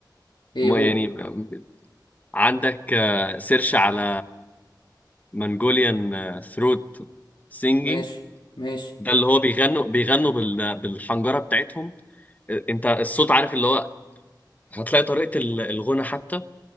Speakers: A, on the left; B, on the left.
A: ايه
B: مو-
A: قول
B: يعني آه، عندك آه، سيرش على منجوليان ثروت سينجينج
A: ماشي ماشي
B: ده اللي هو بيغنوا بيغنوا بال... بالحنجره بتاعتهم آه، انت الصوت عارف اللي هو هتلاقي طريقة ال- الغنى حتى